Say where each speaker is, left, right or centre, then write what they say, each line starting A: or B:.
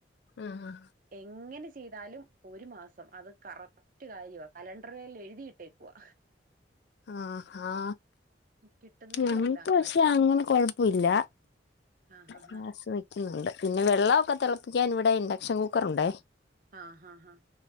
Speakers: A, on the left (about 60°); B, on the right (about 45°).
A: ആഹ്ആ
B: എങ്ങനെ ചെയ്താലും ഒരു മാസം അത് കറക്ട് കഴിവുവാ കലണ്ടറിൽ എഴുതി ഇട്ടേക്കുവാ.
A: ആഹ് ആ
B: കിട്ടുന്നേ
A: ഞങ്ങക്ക്
B: ഇല്ല അങ്ങനെ
A: പക്ഷേ അങ്ങനെ കൊഴപ്പല്ല
B: ആ ഹാ
A: ഗ്യാസ്
B: ഹാ
A: നിക്കും ന്നുണ്ട് പിന്നെ വെള്ളക്കെ തിളപ്പിക്കാൻ ഇവിടെ ഇൻജെക്ഷൻ കുക്കർ ഉണ്ടേ.
B: ഹാ ഹാ ഹാ